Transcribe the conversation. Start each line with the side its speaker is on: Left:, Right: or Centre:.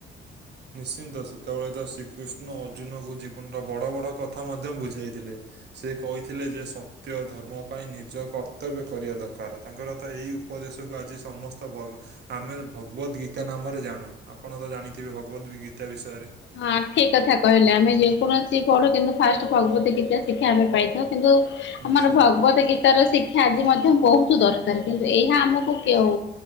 Right: ନିଶ୍ଚିନ୍ତ ସେତେବେଳେ ତ ଶ୍ରୀକୃଷ୍ଣ ଅର୍ଜୁନକୁ ଜୀବନର ବଡ଼ ବଡ଼ କଥା ମଧ୍ୟ ବୁଝାଇଥିଲେ। ସେ କହିଥିଲେ ଯେ ସତ୍ୟ ଧର୍ମ ପାଇଁ ନିଜ କର୍ତ୍ତବ୍ୟ କରିବା ଦରକାର ତାଙ୍କର ତ ଏଇ ଉପଦେଶକୁ ଆଜି ସମସ୍ତ ଭ ଆମେ ଭଗବତ ଗୀତା ନାମରେ ଜାଣୁ ଆପଣ ତ ଜାଣିଥିବେ ଭ ବି ଗତା ବିଷୟରେ।
Left: ହଁ ଠିକ କଥା କହିଲେ ଆମେ ଯେକୌଣସି ପଢୁ କିନ୍ତୁ ଫାଷ୍ଟ ଭଗବତୀ ଗୀତ ଶିକ୍ଷା ଆମେ ପାଇଥାଉ କିନ୍ତୁ? ଆମର
Right: ନିଶ୍ଚିନ୍ତ।
Left: ଭଗବତ ଗୀତାର ଶିକ୍ଷା ଆଜି ମଧ୍ୟ ବହୁତ ଦରକା ଦ କିନ୍ତୁ ଏଇ ଆମକୁ କେଉ